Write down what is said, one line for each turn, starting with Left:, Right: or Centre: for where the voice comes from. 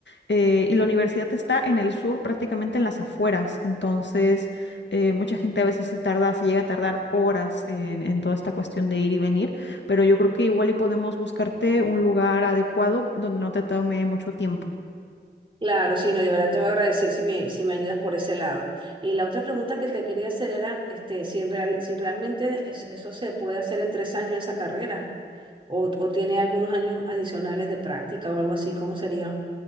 Left: eh, y la universidad está en el sur, prácticamente en las afueras, entonces eh, mucha gente a veces se tarda, se llega a tardar horas en, en toda esta cuestión de ir y venir, pero yo creo que igual y podemos buscarte un lugar adecuado donde no te tome mucho tiempo.
Right: Claro, sí, no, yo verdad te voy a agradecer si me, si me ayudas por ese lado. Y la otra pregunta que te quería hacer era, este, si en real, si realmente es- eso se puede hacer en tres años esa carrera, o, o tiene algunos años adicionales de práctica o algo así, ¿cómo sería?